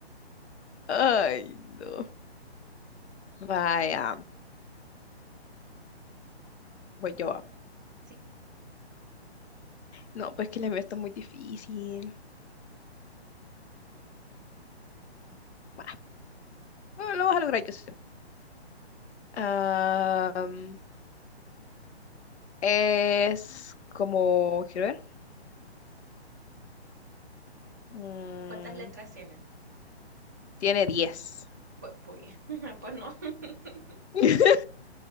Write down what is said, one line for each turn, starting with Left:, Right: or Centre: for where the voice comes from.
Left: Ay, no. Vaya, voy yo. ah.
Right: Sí.
Left: No, pues que la mía está muy difícil. Bah, bueno, lo vas a lograr, yo sé. Am, es como, quiero ver. Mm,
Right: ¿Cuántas letras tiene?
Left: tiene diez
Right: Pues, pues, <laughs> pues no. <laughs>
Left: <laughs>